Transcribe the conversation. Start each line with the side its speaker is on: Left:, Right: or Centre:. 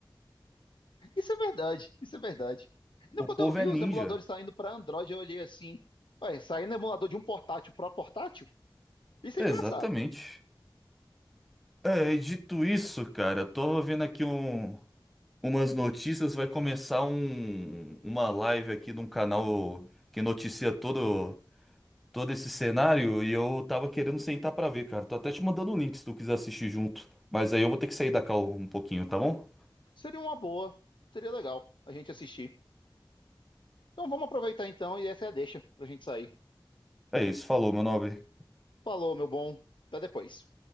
Left: Isso é verdade, isso é verdade. Não,
Centre: O
Left: quando
Centre: povo
Left: eu vi
Centre: é ninja.
Left: os emuladores saindo para Android, eu olhei assim, ué, saindo emulador de um portátil para portátil? Isso
Centre: Exatamente.
Left: é engraçado.
Centre: É, e dito isso, cara, eu tava vendo aqui um, umas notícias, vai começar um, uma live aqui de um canal que noticia todo, todo esse cenário e eu tava querendo sentar pra ver, cara. Tô até te mandando o link se tu quiser assistir junto. Mas aí eu vou ter que sair da call um pouquinho, tá bom?
Left: Seria uma boa, seria legal a gente assistir. Então vamos aproveitar então e essa é a deixa pra gente sair.
Centre: É isso, falou, meu nobre.
Left: Falou, meu bom. Até depois.